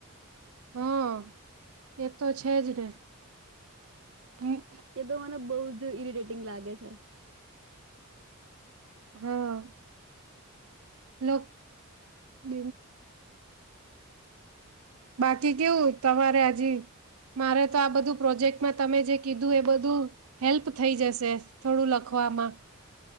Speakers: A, on the right; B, on the right.
A: હા એ તો છેજ ને હમ
B: એ તો મને બહુ જ ઈરિટેટિંગ લાગે છે. અ
A: હા. લોક બ બાકી કેવું તમારે હજી મારે તો આ બધું પ્રોજેક્ટમાં તમે જે કીધું એ બધું હેલ્પ થઈ જશે થોડું લખવામાં